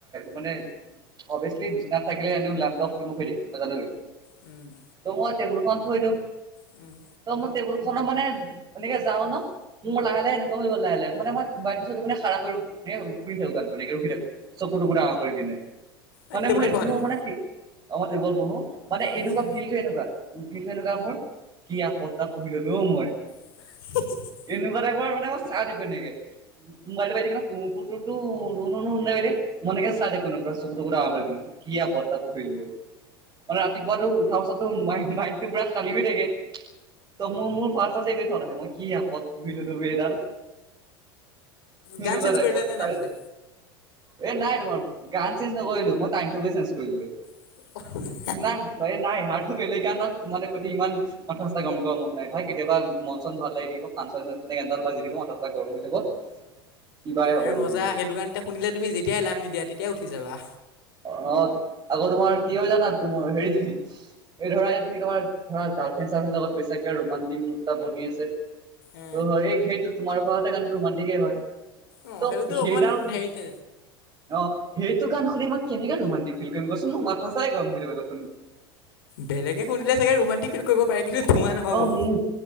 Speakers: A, on the right; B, on the left.
A: মানে অভিয়াচলি বিচনাত থাকিলে এনেও লেমতক ৰিমোভ হৈ থাকিব তয় জানিবি।
B: উম'
A: ত ময় টেবুলখন থৈ দিওঁ।
B: উম'
A: ত মই টেবুল খনৰ মানে এনেকে যাওঁ ন মোৰ লাহে লাহে এনেকুৱা হৈ গ'ল লাহে লাহে মানে মই- বাৰ পিছত এপিনে খাৰা কৰো, মানে শুনি থাকো গানটো আৰু এনেকে ৰখি থাকো। চকু-তকু ডাঙৰ কৰি পিনে, মানে
B: এই টেবুলত
A: মই
B: পঢ়া
A: মোৰ
B: তুমি?
A: মানে মই কলো- মানে এনেকুৱা
B: আচ্ছা,
A: ফিল্ডটো এনেকুৱা, ফিল্ডটো এনেকুৱা মোৰ কি আপত্ত পুহি ল'লো মই।
B: <unintelligible>
A: এনেকুৱা টাইপৰ মানেই চাই থাকো এনেকে। <unintelligible> তু-তু, নু-নু এনেকে কৈ দে। মই এনেকে চাই থাকো ন' চকু-তকু ডাঙৰ কৰি পিনে। কি আপত্ত এটা পুহিলো, মানে ৰাতিপুৱা উঠাৰ পাছত টো মাইণ্ডটো পুৰা খালি হৈ থাকে। ত' মোৰ-মোৰ ফাৰ্ষ্ট এই চত আহে মই কি আনো। বিটোবি এডাল, তেনেকুৱা
B: গান চেঞ্জ
A: টাইপৰ
B: কৰিলা নে
A: তাই।
B: নাই পিছে?
A: এ' নাই মই গান চেঞ্জ নকৰিলোঁ মই টাইমটোকে চেঞ্জ কৰিলো।
B: <unintelligible>
A: নাই-নাই, ইয়াৰতো বেলেগ ন'ত প্ৰতি ইমান- কথা-চথা কব কৰা মন নাই, ভাই কেতিয়াবা মন-চন ভাল লাগি থাকিব। <unintelligible> বাজি দিব মাই, চা গৰম হৈ যাব। কিবাই হ'ব
B: আৰু
A: গৈ
B: মজা,
A: পিনে
B: সেইটো কাৰণতে শুনিলে তুমি যেতিয়াই ইলাম নিদিয়া তেতিয়াই উঠি যাবা।
A: অ', -অ', আকৌ তোমাৰ কি হয় জানা তোমাৰ হেৰি- এই ধৰা এ' তুমি তোমাৰ ধৰা গাৰ্লফ্ৰেণ্ড-চাৰ্লফ্ৰেণ্ডৰ লগত গৈছা কিয় ৰোমানটিক মুভ এটা বনি আছে।
B: এ,
A: ত' এই খেতটো তোমাৰ খেত কাৰণে ৰোমানটিকেই হয়। ত'
B: অ', সেইটোতো
A: সেইডাল-
B: অকমান হেৰিতে
A: অ', সেইটো গান শুনি মই কেনেকে ৰোমমানণ্টিক ফিল্ট কৰিম কৰিম কচোন, মাথা-চাথাই গৰম কৰি দিয়ে মানে।
B: বেলেগে শুনিলে চাগে ৰোমাণ্টিক ফিল্টা কৰিব পাৰে কিন্তু তোমাৰ নহ'ব।
A: অ' মোৰ